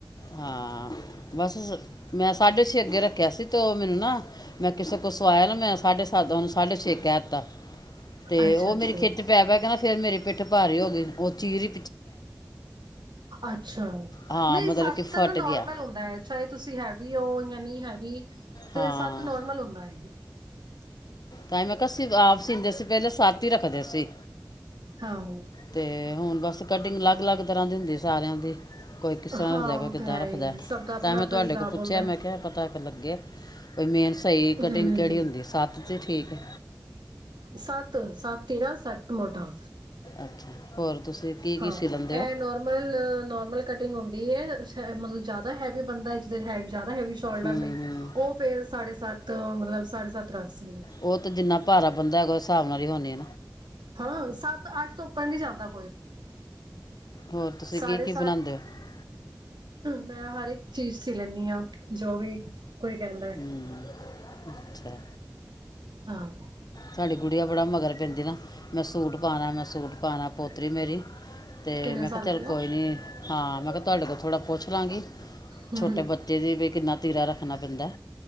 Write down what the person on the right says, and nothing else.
ਅੱਛਾ
ਅੱਛਾ
ਅੱਛਾ ਨਹੀਂ
ਸਤ
ਤਾਂ
ਨਾ ਨੋਰਮਲ
ਹੁੰਦਾ ਹੈ ਚਾਹੇ ਤੁਸੀਂ ਹੈਵੀ ਹੋ ਜਾਂ ਨਹੀਂ <unintelligible> ਤੇ
ਸੱਤ ਨੋਰਮਲ ਹੁੰਦਾ ਹੈ
ਹਾਂ
ਹਾਂ
ਉਹ
ਤਾਂ ਹੈ
ਹੀ ਸਭ ਦਾ ਆਪਣਾ
ਆਪਣਾ
ਹਿਸਾਬ
ਹੁੰਦਾ
ਹਮ
ਸੱਤ ਸੱਤ ਤੇਰਾਂ ਸੱਤ ਮੋਟਾ
ਹਾਂ
ਇਹ
ਨੌਰਮਲ ਨੌਰਮਲ ਕਟਿੰਗ <unintelligible> ਮਤਲਬ ਜ਼ਿਆਦਾ ਹੈਵੀ ਬਣਦਾ ਹੈਵੀ। ਜ਼ਿਆਦਾ ਹੈਵੀ ਸ਼ੋਲਡਰ
ਨੇ
ਉਹ ਫੇਰ ਸਾਡੇ ਸੱਤ ਮਤਲਬ ਸਾਢੇ ਸੱਤ ਸਕਦੇ
ਹਾਂ, ਸੱਤ ਅੱਠ ਤੋਂ ਉੱਪਰ ਨੀ ਜਾਂਦਾ
ਸਾਢੇ
ਸੱਤ
ਮੈਂ ਹਰ ਇੱਕ ਚੀਜ਼ ਸੀ ਲੈਂਦੀ ਹਾਂ ਜੋ ਵੀ। ਕੋਈ ਕਹਿੰਦਾ
ਹੈ।
ਕਿੰਨੇ
ਸਾਲ
ਦੀ ਹੋ?
ਹੂੰ
ਹੂੰ,